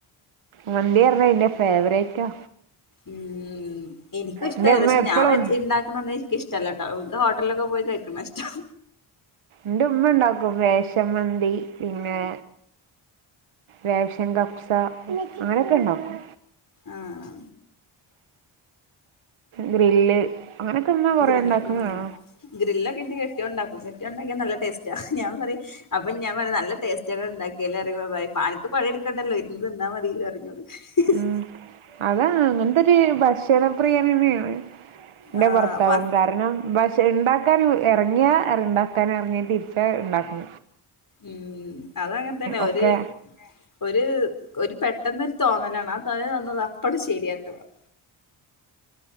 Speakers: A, on the right (about 80°); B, on the left (about 40°).
A: മന്തിപർഞ ന്റെ ഫേവറേറ്റാ
B: ഉം ഇൻക്കും ഇഷ്ട
A: എൻ്റെ ഉമ്മ
B: പക്ഷെ
A: എപ്പോഴും
B: ഞാൻ വെ ണ്ടാക്ക്ണൊന്നും ഇൻക്കിഷ് ട്ടല്ലട്ടോ ഫുഡ് ഹോട്ടൽലൊക്കെ പോയി കഴിക്ക്ണാഷ്ടം
A: ന്റെ ഉമ്മണ്ടാക്കും റേഷമ്മന്തി പിന്നെ റേഷൻ കഫ്സ അങ്ങനൊക്കെ ണ്ടാക്കും
B: ആഹ
A: ഗ്രില്ല് അങ്ങനെക്കെമ്മ കുറെ
B: ഗ്രില്ല്
A: ഉണ്ടാക്കുന്നതാണ
B: ഉം ഗ്രില്ലൊക്കെ ഇട്ട് കെട്ടി യോൻഉണ്ടാക്കും. കെട്ടി യോൻണ്ടാക്കിയാ നല്ല ടേസ്റ്റേ ഞാൻ പറയും അപ്പം ഞാൻ പറയും. നല്ല ടേസ്റ്റനിങ്ങൾ ഉണ്ടാക്കിയാലേ അറിയ അനക്ക് പണി എടുക്കണ്ടല്ലോ ഇരുന്ന് തിന്ന മതിയല്ലോ ഇന്നോട്
A: ഉം അതാ അങ്ങനത്ത ഒരു ഭക്ഷണപ്രിയതനിയാണ് ന്റെ
B: ആഹ്
A: ഭർത്താവും
B: വ
A: കാരണം ബക്ഷ ഉണ്ടാക്കാനും ഇറങ്ങിയാ ഉണ്ടാക്കാന ഇറങ്ങിയ തിരിച്ച ഉണ്ടാക്കു
B: ഉം അത അങ്ങനെ തന്നെ
A: ഒക്കെ
B: ഒരു. ഒരു ഒരു പെട്ടെന്നൊരു തോന്നലാണ് ആ തോന്നൽ വന്നത് അപ്പണ്ട് ശരിയാക്കണം